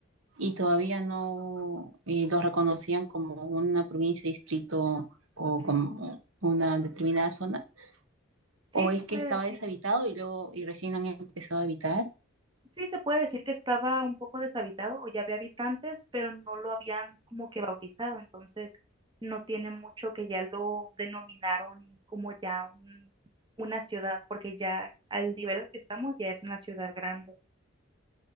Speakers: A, on the right; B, on the right.
A: y todavía no eh, los reconocían como una provincia, distrito o como una determinada zona.
B: Sí
A: ¿O es
B: se puede
A: que estaba
B: decir,
A: deshabitado y luego y recién lo han empezado a habitar?
B: sí se puede decir que estaba un poco deshabitado o ya había habitantes, pero no lo habían como que bautizado, entonces no tiene mucho que ya lo denominaron como ya un- una ciudad, porque ya al nivel al que estamos ya es una ciudad grande.